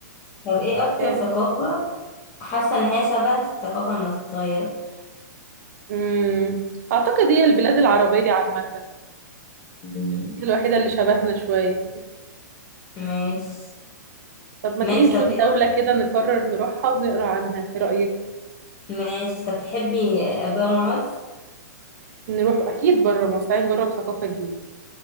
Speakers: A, on the left (about 30°); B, on the right (about 60°).
A: طب إيه أكتر
B: يعني
A: ثقافة حاسة إن هي شبه الثقافة المصرية
B: امم اعتقد هي البلاد العربيه عامه
A: مم.
B: هي الوحيده اللي شبهنا شويه
A: ماشي
B: طب ما
A: ماشي
B: تيجي نشوف
A: طب ايه
B: دولة كده نقرر نروحها ونقرا عنها ايه رأيك
A: ماشي طب تحبي برا مصر
B: نروح اكيد بره مصر تعالي نجرب ثقافة جديدة